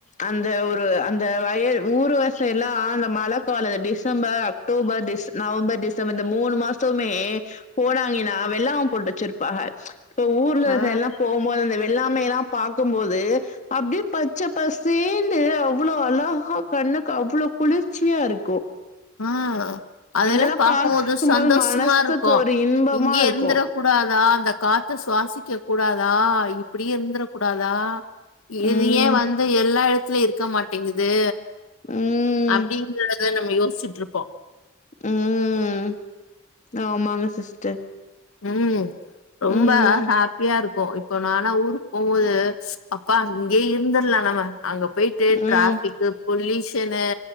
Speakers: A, on the left; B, on the left.
A: அந்த ஒரு அந்த வயல் ஊருவசையெல்லா அந்த மழ காலு டிசம்பர் அக்டோபர் டிஸ் நவம்பர் டிசம்பர் இந்த மூணு மாசவுமே போறாய்ங்கனா வெள்ளாம போட்டு வச்சிருப்பாக இப்ப ஊர்லக
B: ஆ
A: எல்லா போம் போது அந்த வெள்ளாமையெலா பாக்கும்போது அப்டியே பச்சப்பசேன்னு அவ்வளோ அழகா கண்ணுக்கு அவ்வளோ குளிர்ச்சியா இருக்கு
B: ஆ அதைல்லா
A: அதெல்லா
B: பாக்கும்போது சந்தோஷமா
A: மனசுக்கு
B: இருக்கு
A: ஒரு இன்பமா
B: இங்கயே
A: இருக்கு
B: இருந்துர கூடாதா அந்த காத் து சுவாசிக்க கூடாதா இப்டியே இருந்துர கூடாதா
A: ம்
B: இது ஏ வந்து எல்லா எடத்லை இருக்க மாட்டேங்குது
A: ம்
B: அப்டிங்குற த நம்ம யோசிச்சிட்ருப்போ
A: உம் ஆமாங்க சிஸ்டர்
B: உம் ரொம்ப
A: ம்
B: ஹேப்பியா இருக்கு இ ப்போ நானா ஊருக் போம்போது அப்பா இங்கயே இருந்துர்லா நம்ம அங்க போயிட்டு டிராஃபிக்கு
A: ம்
B: பொல்யூஷனு